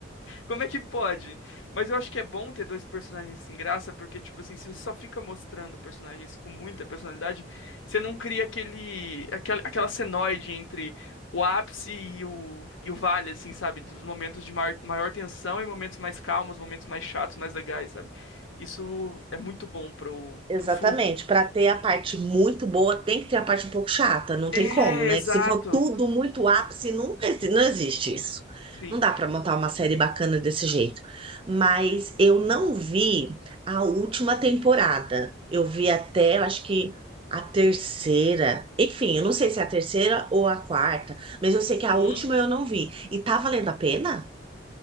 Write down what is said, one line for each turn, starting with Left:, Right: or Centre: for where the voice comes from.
Left: Como é que pode? Mas eu acho que é bom ter dois personagens sem graça, porque, tipo assim, se você só fica mostrando personagens com muita personalidade, você não cria aquele, aquela, aquela senoide entre o ápice e o, e o vale, assim, sabe? Dos momentos de maior, maior tensão e momentos mais calmos, momentos mais chatos, mais legais, sabe? Isso é muito bom pro,
Right: Exatamente.
Left: pro fluxo.
Right: Para ter a parte muito boa, tem que ter a parte um pouco chata. Não
Left: É,
Right: tem como, né?
Left: exato.
Right: Se for tudo muito ápice, não, exi- não existe isso.
Left: Sim.
Right: Não dá para montar uma série bacana desse jeito. Mas eu não vi a última temporada. Eu vi até, eu acho que a terceira. Enfim, eu não sei se é a terceira ou a quarta, mas eu sei que a
Left: Uhum.
Right: última eu não vi. E tá valendo a pena?